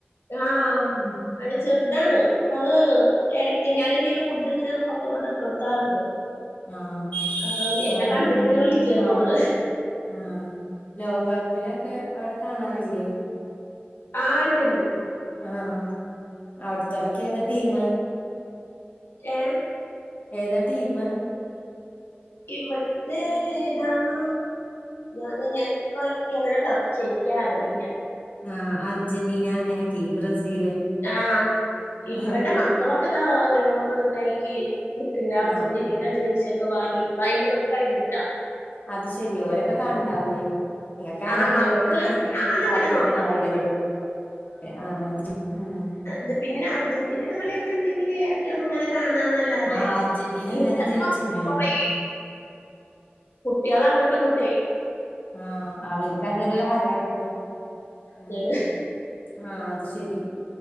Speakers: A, on the left (about 75°); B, on the left (about 40°).
A: ആഹ്
B: ഉം.
A: അത് ചെറുതാണ് അപ്പ അത് ഇടക്ക് ഞാൻ എന്തെങ്കിലും ഫുഡ് ഇങ്ങനെ പുറത്ത് കൊണ്ട് ഇട്ട് കൊടുക്കാറുണ്ട്
B: ആഹ
A: അപ്പൊ എന്നെ
B: അവിടെങ്ങനെ
A: കണ്ടിട്ട് വിളിക്കാ
B: ലോ
A: തോന്നണ്
B: ആഹ ലോകകപ്പിലൊക്കെ അവിടെ കാണാറില്ലേ
A: ആഹ് ഉണ്ട്ണ്ട് ഉണ്ട്
B: ആഹ് അവിടുത്തോലൊക്കെ ഏതാ ടീം
A: ഏ
B: ഏതാ ടീം
A: ഇവിടത്തെ ഏതാണ് ഞാന് ഞാനിപ്പ ക്കങ്ങനെ കറക്റ്റ് ശെരിക്കറില്ല
B: ആ അർജന്റീന അങ്ങനെക്കെ ബ്രസീല്
A: ആ ഇവടെ
B: ആ
A: മക്കളൊക്കെ താ ഓരോന്ന്തായിക്ക് ക്ക്ണ്ട് അർജന്റീനയുടെ
B: ആഹ്
A: ജേഴ്സിയൊക്കെ വാങ്ങി പ്പയ്ന്റതൊക്കെ കഴിഞ് ട്ടോ
B: അത് ശെരി ഓരെ ക്ക കാൺണ്ടാവൂലേ നിങ്ങക്കങ്ങനെ
A: ആഹ് മക്കള്
B: ഒട്ടും
A: ഞാനങ്ങനെ
B: താല്പര്യണ്ടാവൂലല്ലേ
A: നോക്കാറില്ല
B: ആ അത് ഉം
A: ത് പിന്നെ അർജന്റീനേടെ കളിയൊക്കെണ്ടെങ്കില് ന്നങ്ങനെ കാണാന്നല്ലാതെ
B: ആഹ് അർജന്റീന ഇന്നലെ
A: ഇവിടെകുറെ
B: ജയിച്ചിക്കണല്ലോ
A: കുട്ട്യാള് അങ്ങോട്ടും ഇങ്ങോട്ടേ
B: ആ അവർക്കതൊരു ഹരാണ്പ്പൊ ഉം
A: ക്കാണ്
B: ആ അത് ശെരി